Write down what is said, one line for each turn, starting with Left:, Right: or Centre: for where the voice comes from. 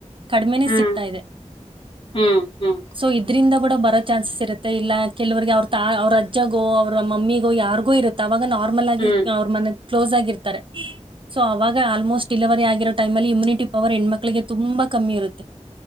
Right: ಕಡಿಮೆನನೆ
Left: ಹ್ಮ್
Right: ಸಿಗ್ತಾ ಇದೆ
Left: ಹ್ಮ್ ಹ್ಮ್
Right: ಸೊ ಇದ್ರಂದ ಕೂಡ ಬರೋ ಚಾನ್ಸಸ್ ಇರುತ್ತೆ ಇಲ್ಲ ಕೆಲವರಿಗೆ ಅವ್ರ ತ ಅವ್ರ ಅಜ್ಜಗೋ ಅವರ ಮಮ್ಮಿಗೋ ಯಾರಿಗೂ ಇರುತ್ತ ಅವಾಗ ನಾರ್ಮಲ್ ಆಗಿ
Left: ಹ್ಮ್
Right: ಅವ್ರ ಮನೆ ಕ್ಲೋಸ್ ಆಗಿರ್ತಾರೆ ಸೊ ಅವಾಗ ಆಲ್ಮೋಸ್ಟ್ ಡಿಲಿವರಿ ಆಗಿರೋ ಟೈಮ ಅಲ್ಲಿ ಇಮ್ಯುನಿ ಪವರ್ ಹೆಣ್ಮಕ್ಳಿಗೆ ತುಂಬಾ ಕಮ್ಮಿ ಇರುತ್ತೆ